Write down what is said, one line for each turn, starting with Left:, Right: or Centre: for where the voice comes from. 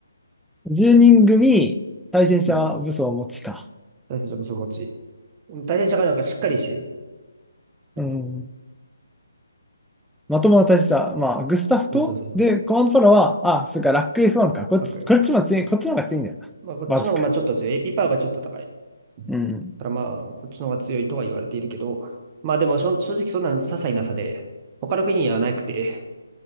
Centre: 10人組対戦車武装を持ちか。
Right: うん。対戦車武装持ち。対戦車がなんかしっかりしてるやつ。
Centre: うん。まともな対戦車、まあ、グスタフと、
Right: そうそうそうそう。
Centre: で、コマンドパラは、あ、そっか、ラック F1 か。こっち、
Right: 楽。
Centre: こっちも強い、こっちの方が強いんだよ
Right: まあ、こっちの方がまあちょっと強い。
Centre: な。わずか
Right: AP パワーがちょっと高い。だ
Centre: に。うん。
Right: からまあ、こっちの方が強いとは言われているけど、まあでも正直そんな些細な差で、他の国にはなくて、